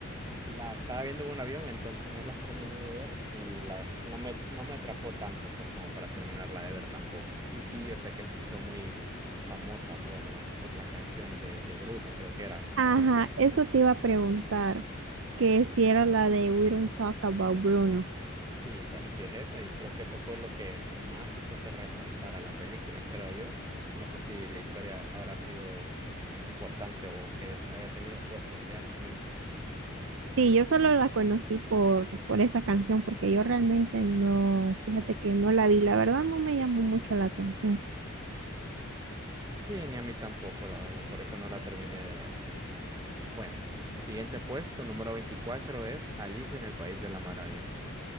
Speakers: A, on the right; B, on the right.
A: la estaba viendo en un avión, entonces no la <laughs> terminé de ver y la, no me, no me atrapó tanto, pues, como para terminarla de ver tampoco. Y sí, yo sé que se hizo muy famosa por, por la canción de, de Bruno, creo que era.
B: Ajá,
A: No sé si,
B: eso te iba a preguntar, que si era la de We Don't Talk About Bruno.
A: Sí, bueno, sí es esa y creo que eso fue lo que más hizo que resaltara la película, creo yo. No sé si la historia habrá sido importante o que haya tenido profundidad también, pues.
B: Sí, yo solo la conocí por, por esa canción, porque yo realmente no, fíjate que no la vi, la verdad no me llamó mucho la atención.
A: Sí, ni a mí tampoco, la verdad, por eso no la terminé de ver. Bueno, siguiente puesto, número veinticuatro es Alicia en el País de las Maravillas.